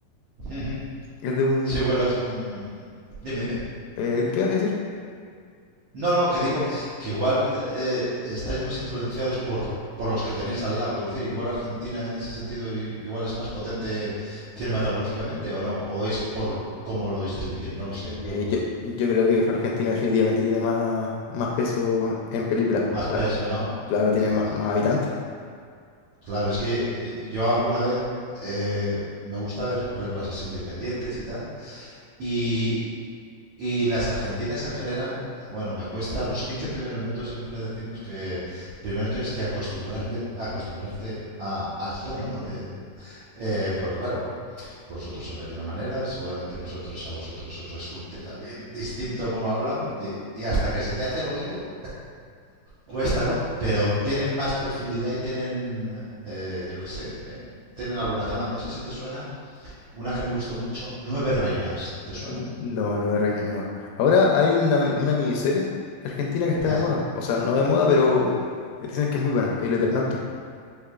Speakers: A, on the right; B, on the left.
A: ¿eh? <laughs>
B: Es de un...
A: Sí, bueno, es un... Dime, dime.
B: eh, ¿qué vas a decir?
A: No, no, que digo que igual eh, estáis más influenciados por, por los que tenéis al lado. Quiero decir, igual Argentina en ese sentido i- igual es más potente cinematográficamente o no, o es por cómo lo distribuyen, no lo
B: Eh,
A: sé, pregunto.
B: yo, yo creo que Argentina definitivamente tiene más, más peso en películas.
A: Más
B: Claro,
A: peso, ¿no?
B: claro, tiene más,
A: Ah,
B: más habitantes.
A: Claro, es que eh, yo alguna vez eh, me gusta ver películas así independientes y tal, y, Y las argentinas en general, bueno, me cuesta los 15 primeros minutos, siempre decimos que primero tienes que acostumbrarme, acostumbrarte a, al tono, ¿no? De, eh, porque claro, vosotros habláis de una manera, seguramente nosotros a vosotros os resulte también distinto como hablamos, y, y hasta que se te hace el oído, cuesta, ¿no? Pero tienen más profundidad y tienen, eh, yo qué sé, eh, tienen alguna trama. No sé si te suena una que me gustó mucho, Nueve Reinas, ¿te suena?
B: Mm. No, no de reinas, no. Ahora hay una, mi- una miniserie argentina que está
A: ¿Eh?
B: de moda. O sea, no de moda, pero eh, dicen que es muy buena, El Eternauta,